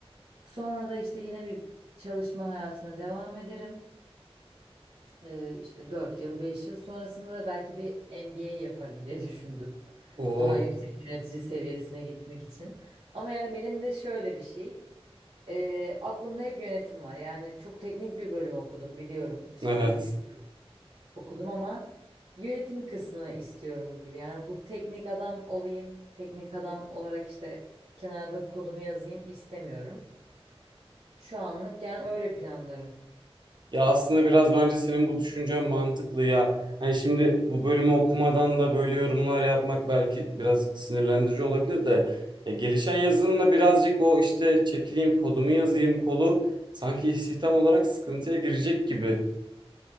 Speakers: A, on the right (about 65°); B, on the right (about 45°).
A: Sonra da işte yine bir çalışma hayatına devam ederim. Ee, işte 4 yıl 5 yıl sonrasında da belki bir MBA yaparım diye <laughs> düşündüm.
B: Oo,
A: Daha yüksek yönetici seviyesine geçmek için. Ama yani benim de şöyle bir şey. ee, aklımda hep yönetim var. Yani çok teknik bir bölüm okudum biliyorum. İşte
B: evet.
A: bilgisayar okudum ama yönetim kısmını istiyorum gibi. Yani bu teknik adam olayım, teknik adam olarak işte kenarda kodumu yazayım istemiyorum. Şu anlık yani öyle planlarım.
B: Ya aslında biraz bence senin bu düşüncen mantıklı ya. Hani şimdi bu bölümü okumadan da böyle yorumlar yapmak belki biraz sinirlendirici olabilir de ya gelişen yazılımla birazcık o işte çekileyim kodumu yazayım kolu sanki istihdam olarak sıkıntıya girecek gibi.